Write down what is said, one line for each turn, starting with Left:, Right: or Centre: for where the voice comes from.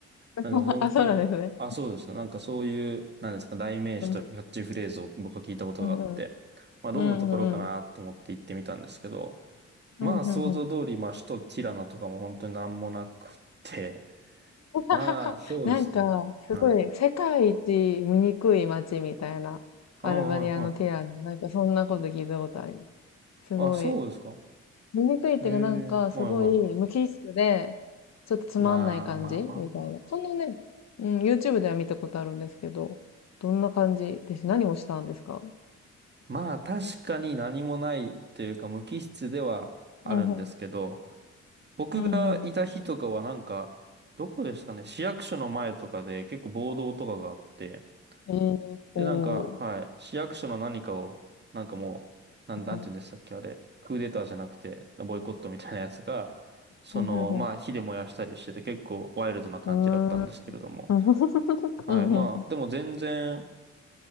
Left: <laughs>
Right: なんか本当に、
Left: あ、そうなんですね。
Right: あ、そうですね。なんかそういう、なんですか、代名詞とかキャッチフレーズを僕は聞いたことがあって、
Left: うんうん。うんうん。
Right: まあどんなところかなと思って行ってみたんですけど、
Left: うんうんうん。
Right: まあ、
Left: うんうんうん。
Right: 想像通り、まあ、首都ティラナとかも本当になんもなくて。
Left: <laughs>
Right: まあ、そうですね。
Left: なんか、すごい、
Right: はい。
Left: 世界一醜い街みたいな、
Right: あ、
Left: アルバニアのティラノ。
Right: はい、はい。
Left: なんか、そんなこと聞いたことある。すごい。
Right: あ、そうですか。
Left: 醜いっていうか、
Right: ええ、
Left: なんか、
Right: はい、
Left: すごい無機質で、
Right: はい。
Left: ちょっとつまんない感じみたいな。
Right: まあ、まあ、まあ、まあ。
Left: そんなね、うん、YouTube では見たことあるんですけど、どんな感じです。何をしたんですか
Right: まあ、確かに何もないっていうか、無機質ではあるんですけど、
Left: うんうん。
Right: 僕がいた日とかはなんか、
Left: うんう
Right: どこでしたかね、市役所の前とかで結構暴動とかがあって、
Left: ん。えー、
Right: で、
Left: おー。
Right: なんか、はい、市役所の何かを、なんかもう、なん、なんて言うんでしたっけ、
Left: うん
Right: あれ、クーデターじゃなくて、ボイコットみたいなやつが、その、
Left: うん
Right: まあ、火で燃やしたりしてて、結構ワイルドな感じだったんですけれども、
Left: うん。うーん。うんうんうん。
Right: はい、
Left: うんうんうん。
Right: まあ、でも全然、